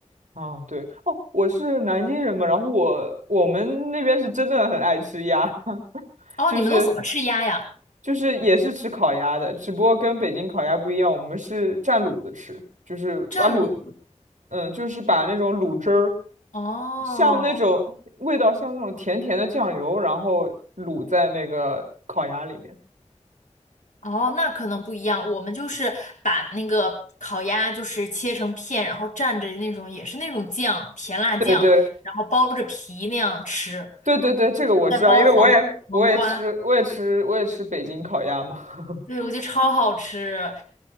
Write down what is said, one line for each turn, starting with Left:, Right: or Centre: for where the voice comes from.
Right: 啊对，哦，我是南京人嘛，然后我我们那边是真的很爱吃鸭。<laughs>
Left: 哦，
Right: 就是
Left: 你们都怎么吃鸭呀？
Right: 就是也是吃烤鸭的，只不过跟北京烤鸭不一样，我们是蘸卤子吃，就是把卤，
Left: 蘸卤？
Right: 嗯，就是把那种卤汁儿，
Left: 哦
Right: 像那种味道像那种甜甜的酱油，然后卤在那个烤鸭里面。
Left: 哦，那可能不一样。我们就是把那个烤鸭就是切成片，然后蘸着那种也是那种酱，甜辣酱，
Right: 对对
Left: 然后包着皮那样吃，
Right: 对对对，这个我知道，
Left: 再包黄黄瓜。
Right: 因为我也我也吃我也吃我也吃北京烤鸭嘛。
Left: 对，
Right: <laughs>
Left: 我觉得超好吃，